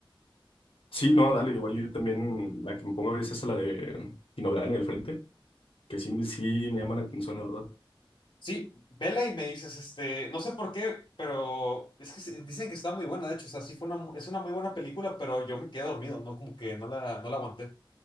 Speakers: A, on the left (about 80°); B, on the left (about 55°).
A: Sí, no, dale, igual yo también la que me pongo a ver es esa, la de Sin Novedad en el Frente, que sí, me- sí me llama la atención, la verdad.
B: Sí, vela y me dices, este, no sé por qué, pero es que se- dicen que está muy buena, de hecho, o sea, sí fue una, mu- es una muy buena película, pero yo me quedé dormido, no como que no la, no la aguanté.